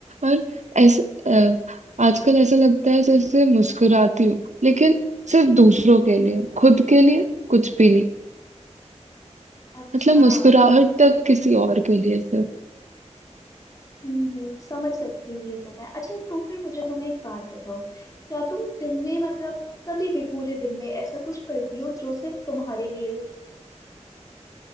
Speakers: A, on the right (about 75°); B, on the left (about 30°).
A: और ऐसा अ, आजकल ऐसा लगता है जैसे मुस्कुराती हूँ लेकिन सिर्फ दूसरों के लिए खुद के लिए कुछ भी नहीं
B: अच्छा
A: मतलब मुस्कुराहट
B: मतलब
A: तक किसी और के लिए सिर्फ
B: हम्म समझ सकती हूँ ये तो मैं अच्छा तो फिर मुझे तुम्हें एक बात बताओ क्या तुम दिन में मतलब कभी भी पूरे दिन में ऐसा कुछ करती हो जो सिर्फ तुम्हारे लिए हो